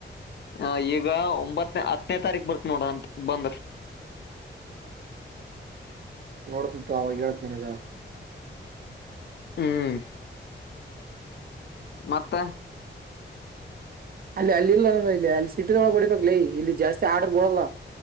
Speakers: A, on the left; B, on the right.
A: ಹ ಈಗ ಒಂಬತ್ತ ಹತ್ತನೇ ತಾರೀಕ್ ಬರ್ತ್ ನೋಡ ಅಂತ ಬಂದ
B: ನೋಡ್ತನಂತು ಅವಾಗ ಹೇಳೇತ್ ನನ್ಗ
A: ಹ್ಮ್ ಮತ್ತೆ
B: ಅಲ್ಲಿ ಅಲ್ಲಿ ಇಲ್ಲ ಇಲ್ಲಿ ಅಲ್ಲಿ ಸಿಟಿದೊಳ ಹೊಡಿಬೇಕಕ್ ಲೈ ಇಲ್ಲಿ ಜಾಸ್ತಿ ಆಡರ್ ಬಡಲ್ಲ